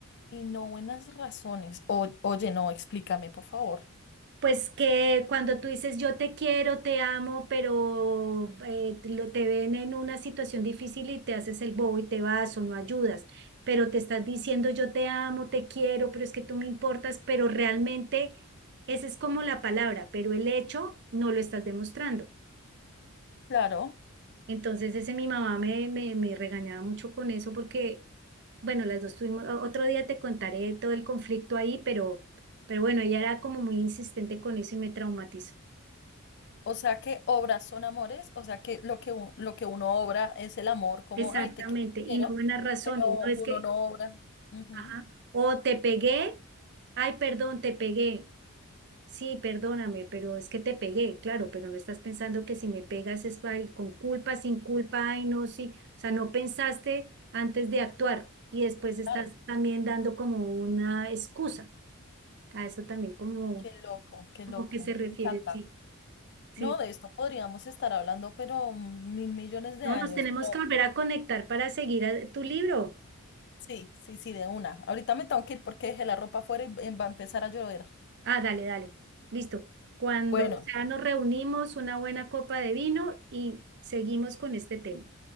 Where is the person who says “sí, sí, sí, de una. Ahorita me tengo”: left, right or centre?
Left